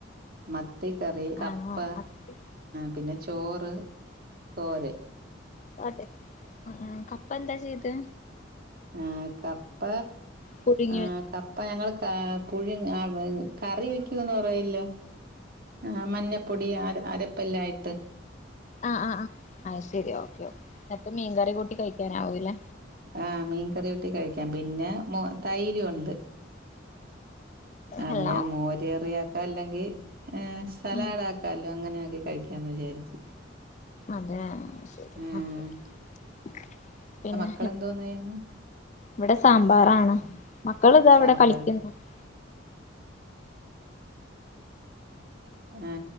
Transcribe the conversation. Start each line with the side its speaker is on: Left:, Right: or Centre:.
Right: മ ത്തി കറി കപ്പ,
Left: ആണോ അത്
Right: പിന്നെ ചോറ്, തോരൻ
Left: അതെ, കപ്പ എന്താ ചെയ്തെ
Right: ആ കപ്പ,
Left: പുഴുങ്ങി
Right: ആ
Left: വെ
Right: കപ്പ ഞങ്ങള് കാ പുഴു കറി വെക്കുന്ന് പറയല്ലോ? ആ മഞ്ഞപ്പൊടി അര അര എല്ലായിട്ട്.
Left: ആ ആ ആഹ് ശരി ഓക്കെ, ന്നിട്ട് മീൻകറി കൂട്ടി കഴിക്കാനാവുലെ
Right: ആ മീൻകറി കൂട്ടി കഴിക്കാം. പിന്നെ മൊ തൈരുണ്ട്. അതിനെ
Left: ഹലോ
Right: മോരറിയാ അതല്ലെങ്കി ഏഹ് സലാഡാക്കാല്ലോ
Left: ഉം
Right: അങ്ങനെ കഴിക്കാന്ന് വിചാരിച്ച്.
Left: അതെ
Right: ആഹ്
Left: അത്ശെരി <unintelligible> പിന്നെ
Right: മക്കളെന്തോന്നയ്യിന്ന്.
Left: വിടെ സാമ്പാറാണ്. മക്കള്താ
Right: സാമ്പാർ
Left: ഇവിടെ കളിക്ക്‌ന്ന് <inaudible> <inaudible>
Right: ആ